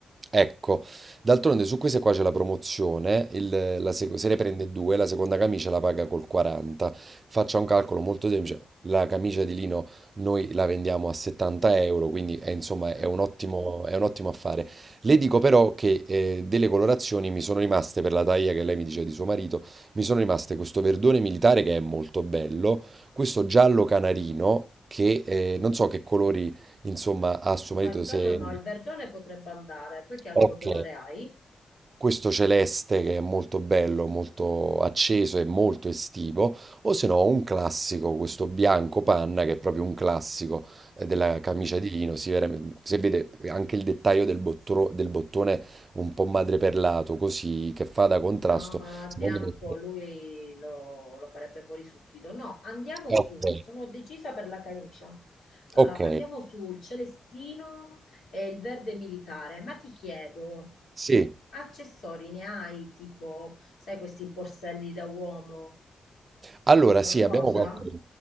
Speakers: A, on the right; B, on the left.
A: Ecco, d'altronde su queste qua c'è la promozione, il- la
B: Mm,
A: sec- se ne prende due, la seconda camicia la paga col 40. Faccia un calcolo molto semplice, la camicia di lino noi la vendiamo a 70 euro, quindi è, insomma
B: Ah,
A: è un ottimo, è un ottimo affare. Le dico però che eh, delle colorazioni mi sono rimaste, per la taglia che lei mi dice di suo marito, mi sono rimaste questo verdone militare che è molto bello, questo giallo canarino che eh, non so che colori insomma ha suo marito
B: No, il giallo
A: se...
B: no, il verdone potrebbe andare. Poi che altro
A: Ok.
B: colore hai?
A: questo celeste che è molto bello, molto acceso e molto estivo, o se no un classico, questo bianco panna che è proprio un classico eh, della
B: mm.
A: camicia di lino, si vede, si vede anche il dettaglio del, bottro- del bottone un po' madreperlato, così che fa da contrasto,
B: No, ma
A: secondo
B: Bianco
A: me.
B: lui lo, lo farebbe fuori subito. No, andiamo
A: Ok,
B: su, sono decisa per la camicia. Eh,
A: ok,
B: andiamo sul celestino e il verde militare. Ma ti chiedo,
A: sì.
B: accessori ne hai? Tipo, sai, questi borselli da uomo?
A: Allora,
B: Hai qualcosa?
A: sì, abbiamo qualcosa.